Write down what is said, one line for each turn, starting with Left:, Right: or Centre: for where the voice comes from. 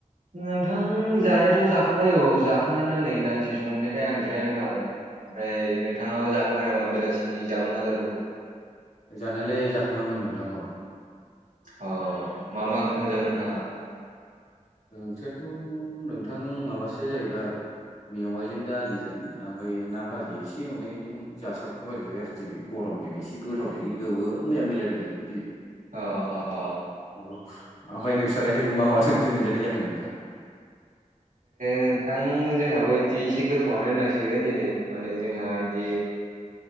Right: नोंथां जानायाथ' जाखांबाय औ जाखांनानै नै दानिसो सम मोननायखाय आं जिरायनानै दं आरो। ओमफ्राय नोंथाङाबो जाखांबाय नामा बेलासिनि जामुं आदारफोरखौ
Left: जानायलाय जाखांबायमोन नोंथां औ।
Right: अ मा मा ओंख्रि मोनजाखो नोंथाङा?
Left: ओंख्रियाथ' नोंथां माबासो जाहैबाय। मेवाइजों दालिजों ओमफ्राय ना भाजि एसे एवनायजों जासाबला बायलायबाय आरो दिनै गरम जों एसे गोथावजों जोबोद मोजां मिलायदों नोंथां दिनै
Right: अ ह-ह
Left: अ ओमफ्राय नोंस्रालायहाय मा माथो ओंख्रि मोनजानाय जाखो नोंथां।
Right: नोंथां जोंहाबो इदि एसे गोथावनो होननांसिगोन दिनै माने जोंहा इदि